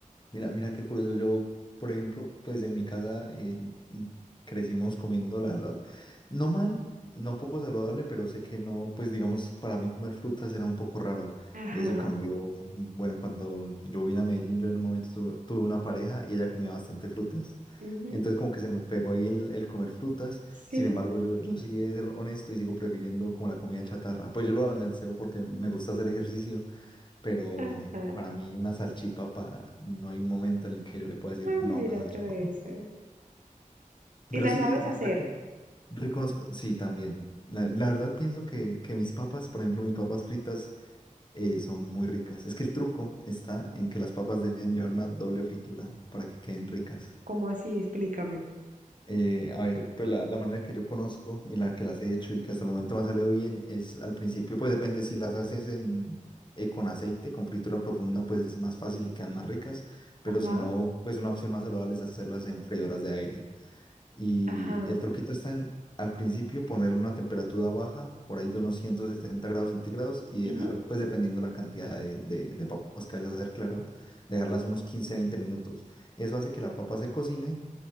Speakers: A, on the left; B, on the right.
A: Mira, mira qué curioso. Yo, por ejemplo, pues en mi casa eh, mm, crecimos comiendo, la verdad, no mal, no poco saludable, pero sé que no, pues digamos, para mí comer frutas era un poco raro.
B: Ajá,
A: Y eso cambió, mm, bueno, cuando yo vine a Medellín, yo en un momento tu- tuve una pareja y ella comía bastante frutas.
B: ujú,
A: Entonces como que se me pegó ahí el, el comer frutas.
B: sí,
A: Sin embargo, yo, yo sí he de ser honesto y sigo prefiriendo como la comida chatarra. Pues yo lo balanceo porque me gusta hacer ejercicio pero
B: ajá,
A: para mí una salchipapa, no hay un momento en el que yo le pueda decir
B: ah,
A: no
B: mira
A: a una salchipapa.
B: todo eso.
A: Pero
B: ¿Y la
A: sí,
B: sabes
A: eh,
B: hacer?
A: reco- reconozco, sí, también. La, la verdad pienso que, que mis papas, por ejemplo, mis papas fritas eh, son muy ricas. Es que el truco está en que las papas deben llevar una doble fritura para que queden ricas.
B: ¿Cómo así? Explícame.
A: Eh, a ver, pues la, la manera que yo conozco y la que las he hecho y que hasta el momento me ha salido bien es al principio, pues depende si las haces en, eh, con aceite, con fritura profunda, pues es más fácil y quedan más ricas, pero
B: Ajá,
A: si no, pues una opción más saludable es hacerlas en freidoras de aire. Y
B: ajá,
A: el truquito está en al principio ponerle una temperatura baja, por ahí de unos 170 grados centígrados y
B: ujú,
A: dejar, pues dependiendo la cantidad de, de, de papas que vayas a hacer, claro, dejarlas unos 15-20 minutos. Eso hace que la papa se cocine